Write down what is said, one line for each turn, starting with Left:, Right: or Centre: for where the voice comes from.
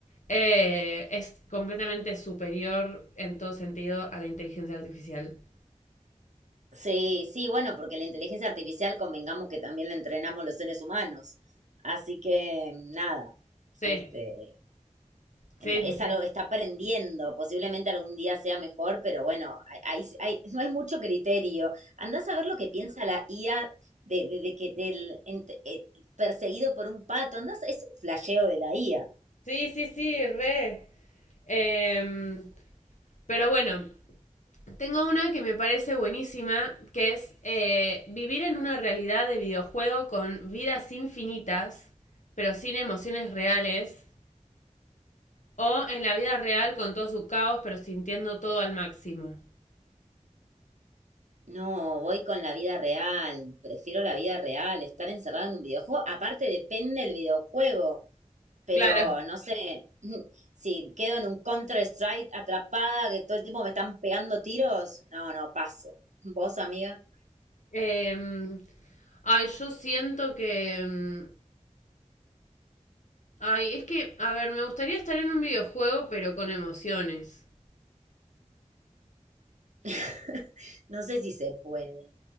Left: eh, es completamente superior en todo sentido a la inteligencia artificial.
Right: Sí, sí, bueno, porque la inteligencia artificial convengamos que también la entrenamos los seres humanos. Así que nada,
Left: Sí,
Right: este,
Left: sí,
Right: en- es algo
Left: sí,
Right: que está aprendiendo, posiblemente algún día sea mejor, pero bueno, hay, hay- hay- no hay mucho criterio. Andás a ver lo que piensa la IA de, de- de que del ent- eh, perseguido por un pato, andás, es un flasheo de la IA.
Left: sí, sí, sí, sí, re. Em, pero bueno, tengo una que me parece buenísima, que es eh, vivir en una realidad de videojuego con vidas infinitas, pero sin emociones reales, O en la vida real con todo su caos, pero sintiendo todo al máximo.
Right: No, voy con la vida real, prefiero la vida real, estar encerrado en un videojuego, aparte depende del videojuego, pero
Left: Claro.
Right: no sé, <laughs> si quedo en un Counter-Strike atrapada que todo el tiempo me están pegando tiros, no, no, paso. ¿Vos, amiga?
Left: Em, ay, yo siento que... em, Ay, es que, a ver, me gustaría estar en un videojuego, pero con emociones.
Right: <laughs> No sé si se puede.